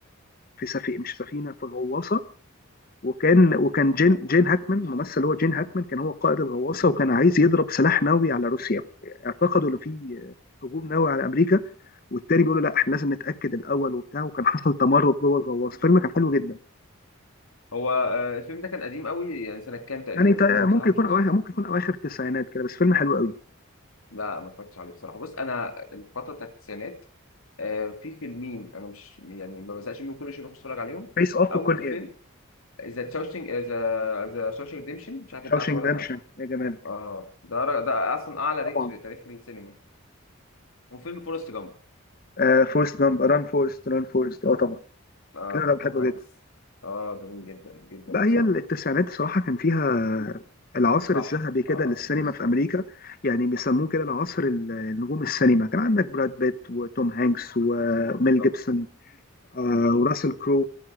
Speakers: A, on the left; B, on the left.
A: في سفينه مش سفينه في غواصه وكان وكان جين جين هاكمان الممثل هو جين هاكمان كان هو قائد الغواصه وكان عايز يضرب سلاح نووي على روسيا اعتقدوا ان في هجوم نووي على امريكا والتاني بيقول له لا احنا لازم نتاكد الاول وبتاع وكان حصل تمرد جوه الغواصه فيلم كان حلو جدا
B: هو آه، الفيلم ده كان قديم قوي يعني سنة كام تقريبا
A: يعني
B: لأن
A: تا- ممكن
B: بصراحة مش
A: يكون اواخر ممكن يكون اواخر التسعينات كده بس فيلم حلو قوي
B: لا ما اتفرجتش عليه بصراحة بص أنا الفترة بتاعت التسعينات آه، في فيلمين أنا مش يعني ما بزهقش منهم كل شوية بخش أتفرج عليهم
A: فيس اوف
B: أول
A: وكون
B: فيلم
A: اير
B: ذا تشاوشينج ذا ذا شاوشينج ريديمشن مش عارف أنت
A: شاوشينج
B: عارفه ولا
A: دامشن
B: لأ
A: يا جمالك
B: اه ده ر- ده أصلا أعلى ريت
A: طبعا
B: في تاريخ السينما وفيلم فورست جامب
A: آه فورست جامب ران فورست ران فورست اه طبعا
B: آه
A: انا
B: بتاع
A: بحبه
B: توم هانكس
A: جدا
B: اه جميل جدا جدا
A: لا
B: بصراحة
A: هي التسعينات صراحة كان فيها العصر
B: صح
A: الذهبي كده
B: اه
A: للسينما
B: بالظبط
A: في أمريكا يعني بيسموه
B: صح
A: كده العصر النجوم السينما كان عندك براد بيت وتوم هانكس وميل
B: بالظبط
A: جيبسون آه،
B: صح
A: وراسل كرو